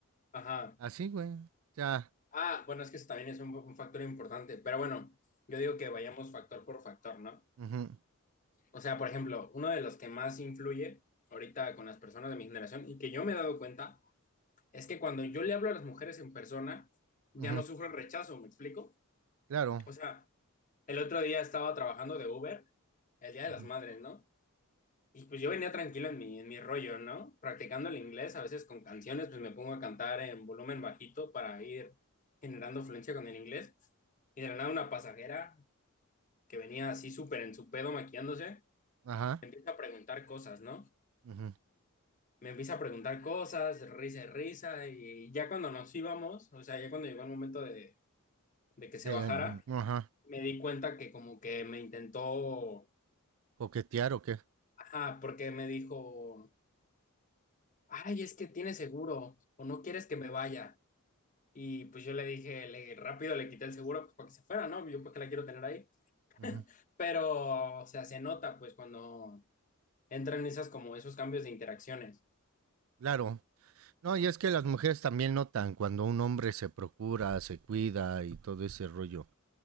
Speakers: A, on the left; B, on the right.
A: Ajá.
B: Así, güey. Ya.
A: Ah, bueno, es que eso también es un, un factor importante, pero bueno, yo digo que vayamos factor por factor, ¿no?
B: ujú,
A: O sea, por ejemplo, uno de los que más influye ahorita con las personas de mi generación y que yo me he dado cuenta es que cuando yo le hablo a las mujeres en persona, ya
B: ujú,
A: no sufren rechazo, ¿me explico?
B: claro.
A: O sea, el otro día estaba trabajando de Uber, el Día de
B: ujú,
A: las Madres, ¿no? Y pues yo venía tranquilo en mi, en mi rollo, ¿no? Practicando el inglés, a veces con canciones, pues me pongo a cantar en volumen bajito para ir generando fluencia con el inglés. Y de la nada una pasajera que venía así súper en su pedo maquillándose,
B: Ajá.
A: me empieza a preguntar cosas, ¿no?
B: ujú,
A: Me empieza a preguntar cosas, risa y risa, y ya cuando nos íbamos, o sea, ya cuando llegó el momento de, de que se
B: de-
A: bajara,
B: mm, ajá.
A: me di cuenta que como que me intentó,
B: Coquetear o qué.
A: ajá, porque me dijo, ay, es que tiene seguro o no quieres que me vaya. Y pues yo le dije, le, rápido le quité el seguro pues, para que se fuera, ¿no? Yo porque la quiero tener ahí.
B: ujú,
A: Pero, o sea, se nota pues cuando entran esas como esos cambios de interacciones.
B: Claro. No, y es que las mujeres también notan cuando un hombre se procura, se cuida y todo ese rollo.